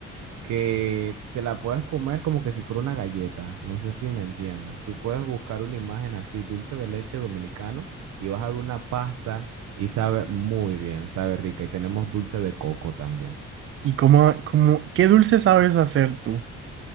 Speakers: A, on the right (about 70°); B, on the right (about 45°).
A: que te la puedes comer como que si fuera una galleta. No sé si me entiendas. Tú puedes buscar una imagen así, dulce de leche dominicano, y vas a ver una pasta y sabe muy bien, sabe rica. Y tenemos dulce de coco también.
B: ¿Y cómo, cómo, qué dulce sabes hacer tú?